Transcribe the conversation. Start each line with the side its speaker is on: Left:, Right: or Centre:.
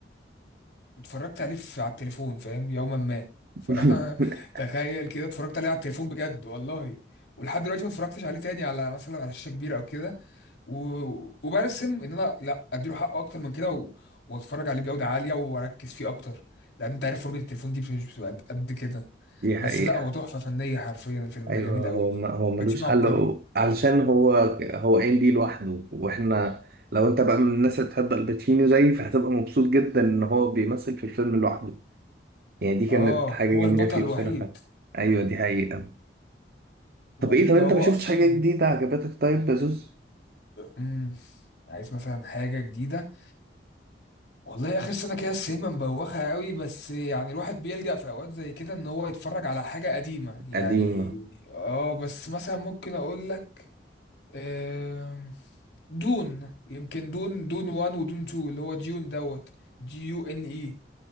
Left: اتفرجت عليه في على التليفون فاهم يوما ما
Right: <laughs>
Left: ف <laughs> تخيل كده اتفرجت عليه على التليفون بجد والله ولحد دلوقتي ما اتفرجتش عليه تاني على مثلا على شاشة كبيرة او كده و... وبرسم ان انا لا اديله حقه اكتر من كده و... واتفرج عليه بجودة عالية واركز فيه اكتر لان انت عارف فرجة التليفون دي مش بتبقى قد قد كده
Right: دي حقيقة
Left: بس لا هو تحفة فنية حرفيا الفيلم
Right: ايوه
Left: ده جميل قوي
Right: هو ما هو ملوش
Left: باتشينو
Right: حل
Left: عبقري
Right: و- علشان هو هو قايم بيه لوحده واحنا لو انت بقى من الناس اللي بتحب الباتشينو زيي فهتبقى مبسوط جدا ان هو بيمثل في الفيلم لوحده يعني دي كانت
Left: اه
Right: حاجة
Left: هو
Right: جميلة
Left: البطل
Right: فيه
Left: الوحيد
Right: بصراحة ايوه دي حقيقة
Left: وبعدين
Right: طب ايه طب
Left: ده
Right: انت
Left: هو
Right: ما شفتش
Left: اصلا
Right: حاجة جديدة عجبتك طيب يا زوز
Left: مم. عايز مثلا حاجة جديدة والله اخر سنه كده السينما مبوخه قوي بس يعني الواحد بيلجأ في اوقات زي كده ان هو يتفرج على حاجه قديمه يعني
Right: قديمة
Left: اه بس مثلا ممكن اقول لك آم، دون يمكن دون دون 1 ودون 2 اللي هو ديون دوت دي يو ان اي